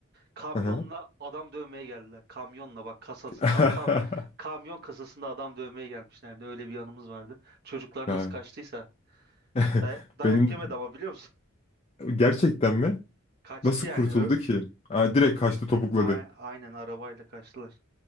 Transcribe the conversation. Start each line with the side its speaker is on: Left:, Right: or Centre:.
Right: Kamyonla
Left: Hı hı.
Right: adam dövmeye geldiler. Kamyonla bak kasası
Left: <laughs>
Right: a- kam, kamyon kasasında adam dövmeye gelmişlerdi. Öyle bir yanımız vardı. Çocuklar
Left: Ya,
Right: nasıl kaçtıysa
Left: <laughs>
Right: day- dayak
Left: Benim de-
Right: yemedi ama biliyor musun?
Left: gerçekten mi?
Right: <laughs> Kaçtı
Left: Nasıl
Right: yani.
Left: kurtuldu
Right: Ö-
Left: ki? Aa, direkt kaçtı topukladı.
Right: A- aynen arabayla kaçtılar.